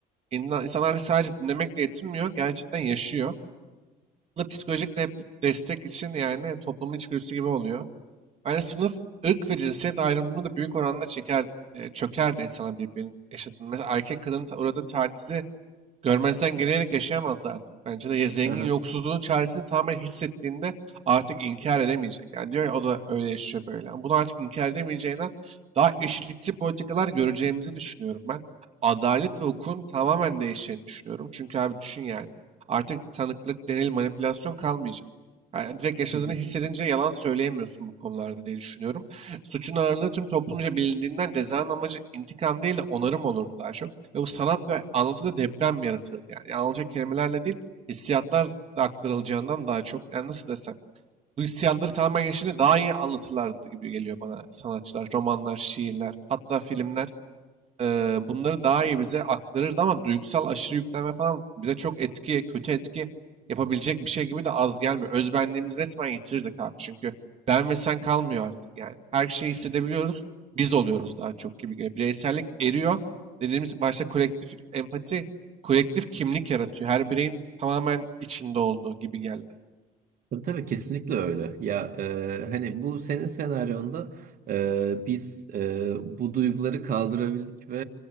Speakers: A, on the right; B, on the right.
A: İnsan, insanlar artık sadece dinlemekle yetinmiyor, gerçekten yaşıyor. Bu da psikolojik dep- destek için yani toplumun içgüdüsü gibi oluyor. Yani sınıf, ırk ve cinsiyet ayrımını da büyük oranda çeker, e, çöker de insanlar birbirinin yaşadığını. Mesela erkek kadının ta- uğradığı tacizi Görmezden gelerek yaşayamazlar. Bence de ya zengin
B: Hı
A: yoksulluğun çaresini tamamen hissettiğinde artık inkar edemeyecek. Yani diyor ya o da öyle yaşıyor böyle. Yani Bunu artık inkar edemeyeceğine daha eşitlikçi politikalar göreceğimizi düşünüyorum ben. Adalet ve hukukun tamamen değişeceğini düşünüyorum. Çünkü abi düşün yani. Artık tanıklık, delil, manipülasyon kalmayacak. Yani direkt yaşadığını
B: hı.
A: hissedince yalan söyleyemiyorsun bu konularda diye düşünüyorum. Suçun ağırlığı tüm toplumca bilindiğinden cezanın amacı intikam değil de onarım olurdu daha çok. Ve bu sanat ve anlatıda deprem yaratırdı yani. Yani anılacak kelimelerle değil, hissiyatlar da aktarılacağından daha çok. Yani nasıl desem, bu hissiyatları tamamen yaşayınca daha iyi anlatırlardı gibi geliyor bana sanatçılar, romanlar, şiirler, hatta filmler eee, bunları daha iyi bize aktarırdı ama duygusal aşırı yüklenme falan bize çok etki, kötü etki yapabilecek bir şey gibi de az gelmiyor. Özbenliğimizi resmen yitirirdik abi. Çünkü ben ve sen kalmıyor artık yani. Her şeyi hissedebiliyoruz. Biz oluyoruz daha çok gibi geliyor. Bireysellik eriyor. Dediğimiz başta kolektif empati, kolektif kimlik yaratıyor. Her bireyin tamamen içinde olduğu gibi geldi.
B: Tabii tabii, kesinlikle öyle. Ya e, hani bu senin senaryonda e, biz e, bu duyguları kaldırabildik ve